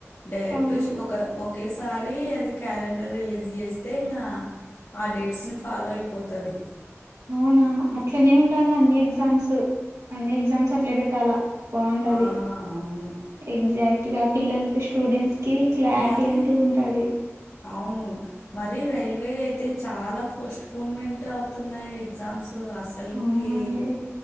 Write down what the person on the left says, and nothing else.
డైరెక్ట్
ఒక ఒకేసారి అది క్యాలెండర్ రిలీజ్ చేస్తే ఇంగా ఆ డేట్స్ ని ఫాలో అయిపోతది.
ఆ అవును
మరి
అవును మరి రైల్వే అయితే చాలా పోస్ట్పోన్మెంట్ అవుతున్నాయి ఎగ్జామ్స్. అసలుకి